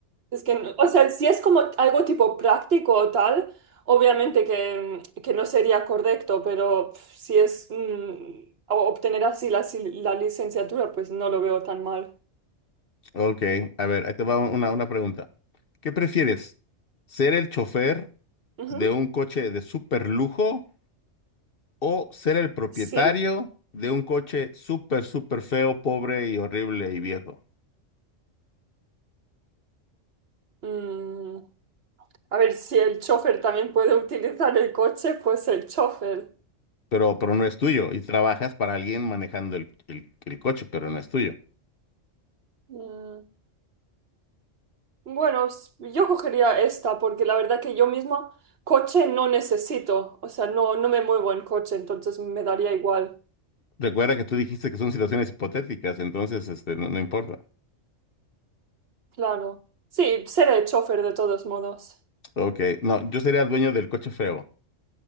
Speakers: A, on the right (about 55°); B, on the left (about 50°).
A: Es que, no- o sea, si es como algo tipo práctico o tal, obviamente que, que no sería correcto, pero pf, si es mm, o- obtener así la, si- la licenciatura, pues no lo veo tan mal.
B: Ok, a ver, ahí te va una, una pregunta. ¿Qué prefieres? ¿Ser el chofer
A: Ujú,
B: de un coche de super lujo o ser el propietario
A: Sí.
B: de un coche súper, súper feo, pobre y horrible y viejo?
A: Mm, a ver si el chofer también puede utilizar el coche, pues el chofer.
B: pero, pero no es tuyo y trabajas para alguien manejando el, el- el coche, pero no es tuyo.
A: Mm, bueno, s- yo cogería esta porque la verdad que yo misma coche no necesito, o sea, no, no me muevo en coche, entonces me daría igual.
B: Recuerda que tú dijiste que son situaciones hipotéticas, entonces este, no, no importa.
A: Claro. Sí, seré chofer de todos modos.
B: Ok, no, yo sería el dueño del coche feo,